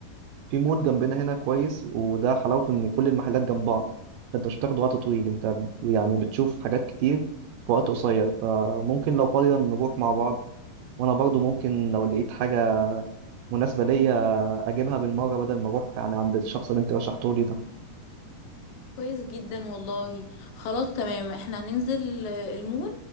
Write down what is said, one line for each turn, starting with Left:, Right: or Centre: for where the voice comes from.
Right: في مول جنبنا هنا كويس وده حلاوته إن كل المحلات جنب بعض فأنت مش بتاخد وقت طويل أنت يعني بتشوف حاجات كتير في وقت قصير فممكن لو فاضية نروح مع بعض وانا برضو ممكن لو لقيت حاجه مناسبه ليا اجيبها بالمره بدل ما اروح يعني عند الشخص اللي انت رشحته لي ده
Left: كويس جدا والله خلاص تمام احنا هننزل آه، المول